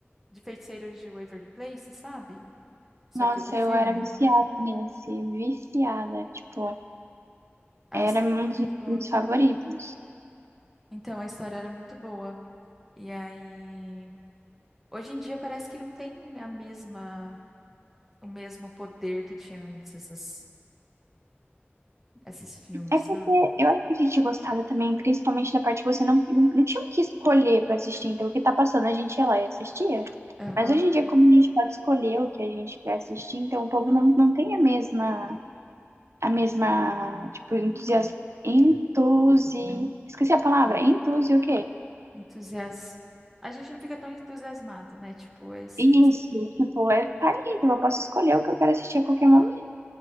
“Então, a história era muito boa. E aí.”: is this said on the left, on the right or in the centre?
Centre